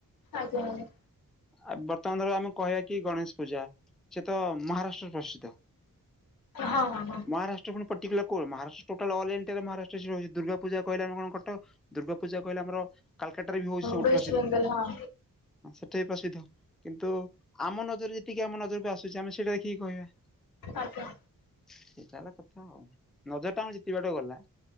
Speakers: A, on the left; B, in the centre.
A: ଆଜ୍ଞା ଆଜ୍ଞା।
B: ଆ ବର୍ତ୍ତମାନ ଧର ଆମେ କହିବା କି ଗଣେଶ ପୂଜା ସେଏ ତ ମହାରାଷ୍ଟ୍ର ର ପ୍ରସିିଦ୍ଧ।
A: ହଁ ହଁ ହଁ।
B: ମହାରାଷ୍ଟ୍ର ପଟିକୁଲାର କଣ ମହାରାଷ୍ଟ୍ରୋଟାଲ ଅଲଣ୍ଆରେ ମହାରାଷ୍ଟ୍ର ରଛି ଦୁର୍ଗା ପଜା କହିଲା କଣ କଟକ ଦୁର୍ଗା ପୂଜା କହିଲେ ଆମର କାଲକାଟାରେ ବି ହଉଛି ସବୁଠୁ
A: ୱେଷ୍ଟ
B: ପ୍ରସିଦ୍ଧ।
A: ବେଙ୍ଗଲ ହଁ
B: ସେ ପ୍ରସିଦ୍ଧ କିନ୍ତୁ ଆମ ନଜରରେ ଯେତିକି ଆମ ନଜରକୁ ଆସୁଛି ଆମେ ସେଇଟା ଦେଖିକି କହିବା।
A: ଆଜ୍ଞା।
B: ସେଇଟା ହେଲା କଥା ଆଉ ନଜର ଟା ଆମ ଯେତିବାଟକୁ ଗଲା।